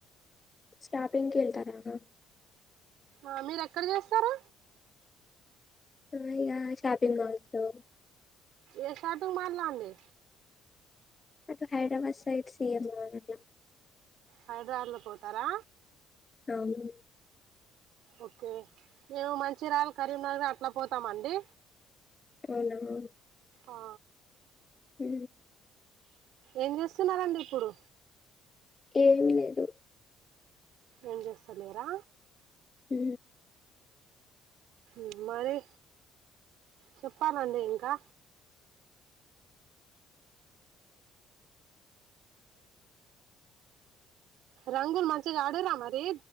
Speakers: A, on the left (about 30°); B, on the right (about 70°).
A: షాపింగ్ కేళ్తారాగా
B: ఆ మీర ఎక్కడ చేస్తారు
A: ఇగ షాపిింగ్ మాల్స్ లో
B: ఏ షాపింగ్ మాల్లో అండి
A: అటు హైదరాబాద్ సైడ్ సిీఎంఆర్ ల
B: హైదరాబాద్ లో పోతారా
A: అవును
B: ఓకే మేము మంచిరాళ్ కరీంనగర్ అట్ల పోతామండి
A: అవున
B: ఆ
A: మ్
B: ఏం చేస్తున్నారంండి ఇప్పుడు
A: ఏం లేదు
B: ఏం చేస్తలేరా
A: ఉ
B: ఉమ్ మరి చెప్పాలండి ఇంకా రంగులు మంచిగ ఆడేరా మరి